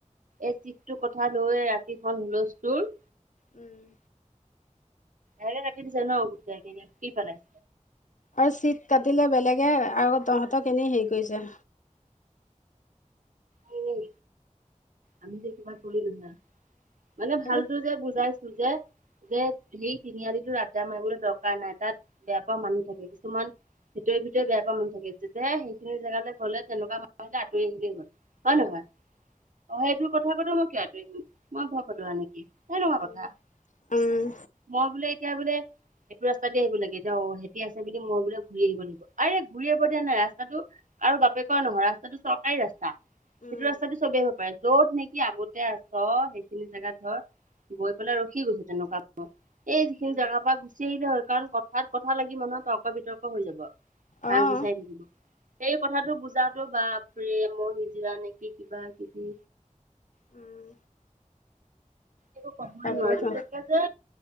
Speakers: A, on the right (about 80°); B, on the left (about 70°).
A: এই চিটটো কথা লৈ ৰাতিখন হুলস্থুৰ।
B: উম।
A: হে ৰাটি দিছে ন গোটেই, কি পেলে?
B: আৰু চিট কাটিলে বেলেগে আৰু তহঁতক এনেই হেৰি কৰিছে।
A: উম। আমি যে কিবা কৰিলো হে, মানে
B: সেইটো
A: ভালতো যে বুজাইছো যে যে সেই তিনিআলিটো আড্ডামাৰিবলৈ দৰকাৰ নাই, তাত বেয়া পোৱা মানুহ থাকে কিছুমান ভিতৰে ভিতৰে বেয়া পোৱা মানুহ থাকে। যেতিয়া সেইখিনি জেগালে গলে তেনেকুৱা মানুহ আহিলে আঁতৰি আহিলে হ'ল। হয় নহয়? অ', সেইটো কথা কওতে মই কি আতৰিম, মই ভয় পদোৱা নিকি সনেকুৱা কথা।
B: উম। উম।
A: মই বোলে এতিয়া বোলে এইটো ৰাস্তা দি আহিব লাগে এতিয়া অ' সেতি আছে বুলি মই বোলে ঘূৰি আহিব লাগিব, আৰে ঘূৰি আহব দিয়া নাই ৰাস্তাটো আৰু বাপেকৰ নহয় ৰাস্তাটো চৰকাৰী ৰাস্তা
B: উম,
A: সেইটো ৰাস্তাটো চবেই হব পাৰে। য'ত নেকি আগতে আছ সেইখিনি জেগাত ধৰ গৈ পেলাই ৰখি গৈছে তেনেকুৱা এই যিখিনি
B: উম।
A: জেগাৰ পৰা গুচি আহিলে হল কাৰণ ক ঠাত কথা লাগি মানুহৰ তৰ্ক বিতৰ্ক হৈ যাব
B: অ',
A: মাজ বিচাৰি থাকিবি। সেই কথাটো বুজাতো বাপৰে, মই সিজিৰা নিকি কিবা-কিবি।
B: উম।
A: একো ক'বই
B: তাকেতো।
A: নোৱাৰো বিশেষকে যে,